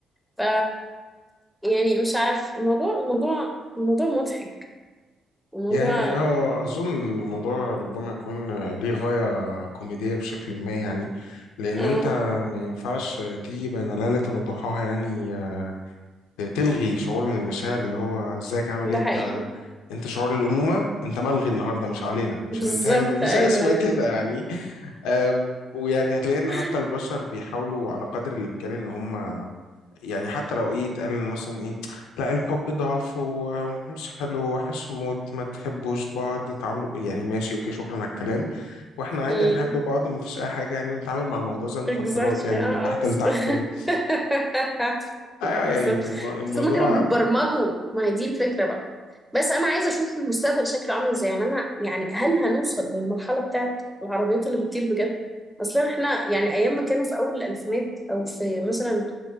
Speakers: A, in the centre; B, on the left.
A: ف يعني مش عارف الموضوع الموضوع الموضوع مضحك الموضوع
B: يعني اه اظن الموضوع ربما يكون ليه غايه كوميديه بشكل ما يعني لان
A: اه
B: انت ما ينفعش تيجي بين ليله وضحاها يعني آه، تلغي شعور من المشاعر اللي هو ازيك عامل
A: ده
B: ايه انت
A: حقيقي
B: انت شعور الامومه انت ملغي النهارده مش علينا مش
A: بالظبط
B: هنمتحن يعني مفيش
A: أيوه
B: حاجه اسمها
A: أيوه
B: كده يعني آه، ويعني هتلاقي ان
A: <laughs>
B: حتى البشر بيحاولوا على قدر الامكان ان هم يعني حتى لو ايه يتقال إن مثلا ايه لا الحب ضعف ومش حلو وحش موت ما تحبوش بعض تعاملوا يعني ماشي اوكي شكرا على الكلام واحنا عادي
A: مم.
B: هنحب بعض وما فيش اي حاجه يعني ونتعامل مع الموضوع زي المخدرات
A: exactly
B: يعني
A: اه
B: من تحت
A: آه، بالظبط.
B: لتحت و...
A: <laughs>
B: ايوه
A: بالظبط
B: يعني الم- الموضوع
A: بس هما كانوا بيتبرمجوا ما هي دي الفكرة بقى بس أنا عايزة أشوف المستقبل شكله عامل إزاي يعني أنا يعني هل هنوصل للمرحلة بتاعت العربيات اللي بتطير بجد؟ أصلا إحنا يعني أيام ما كانوا في أول الألفينات أو في مثلا